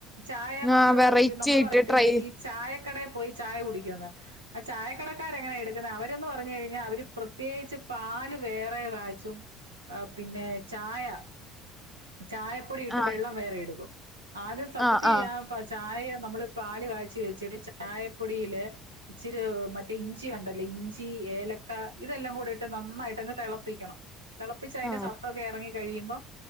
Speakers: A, on the right; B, in the centre.
A: ചായ നമ്മള്
B: ആഹ് വെറൈറ്റി
A: ഈ നമ്മള്
B: ആയിട്ട്
A: പറയത്തില്ലേ
B: ട്രൈ
A: ഈ ചായ കടെ പോയ് ചായ കുടിക്കൊന്ന് അ ചായ കടക്കാരെങ്ങനെ ഇട് അവരെന്ന് പറഞ്ഞു കഴിഞ്ഞ അവര് പ്രത്യകിച് പാല് വേറെ കാച്ചും അ പിന്നെ ചായ ചായപ്പൊടി ഇട്ട്
B: ആഹ്
A: വെള്ളം വേറെ എടുക്കും ആദ്യം സത്യത്തി
B: ആഹ് ആഹ്
A: ആ ചായ ആയെ നമ്മള് പാൽ കാച്ചി വെച്ചിട്ട് ചായപ്പൊടിയില് ഇച്ചിരി മറ്റേ ഇഞ്ചിയൊണ്ടല്ലോ ഇഞ്ചി, ഏലക്ക ഇതെല്ലാം കൂടെയിട്ട് നന്നായിട്ടങ്ങ് തെളപ്പിക്കണം തെളപ്പിച്ചയിന്റ
B: ആഹ്
A: സത്തൊക്കെ എറങ്ങി കഴിയുമ്പം